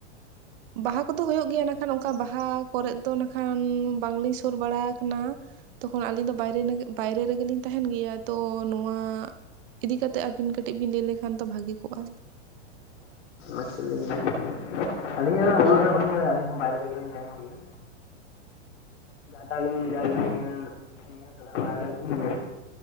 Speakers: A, on the right; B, on the left.
A: ᱵᱟᱦᱟ ᱠᱚᱫᱚ ᱦᱩᱭᱩᱜ ᱜᱮᱭᱟ᱾ ᱮᱸᱰᱮᱠᱷᱟᱱ ᱚᱱᱠᱟ ᱵᱟᱦᱟ ᱠᱚᱨᱜ ᱫᱚ ᱱᱟᱹᱠᱷᱟᱱ ᱵᱟᱝᱞᱤᱧ ᱥᱩᱨ ᱵᱟᱲᱟ ᱠᱟᱱᱟ᱾ ᱛᱚᱠᱷᱚᱱ ᱟᱹᱞᱤᱧ ᱫᱚ ᱵᱟᱭᱨᱮ ᱱᱮᱜᱮ ᱵᱟᱭᱨᱮ ᱨᱮᱜᱮᱞᱤᱧ ᱛᱟᱦᱮᱱ ᱜᱮᱭᱟ᱾ ᱛᱚ ᱱᱚᱣᱟ ᱤᱫᱤ ᱠᱟᱛᱮᱫ ᱟᱹᱵᱤᱱ ᱠᱟᱹᱴᱤᱡ ᱵᱤᱱ ᱞᱟᱹᱭ ᱞᱮᱠᱷᱟᱱ ᱛᱚ ᱵᱷᱟᱹᱜᱤ ᱠᱚᱜ-ᱟ᱾
B: ᱟᱪᱪᱷᱟ <inaudible> ᱟᱞᱤᱧ ᱦᱚᱸ ᱦᱩᱞ <inaudible> ᱵᱟᱲᱟᱭᱟ ᱵᱟᱭᱨᱮ ᱨᱮᱜᱮ ᱞᱤᱧ ᱛᱟᱦᱮᱱ ᱜᱮᱭᱟ᱾ <inaudible>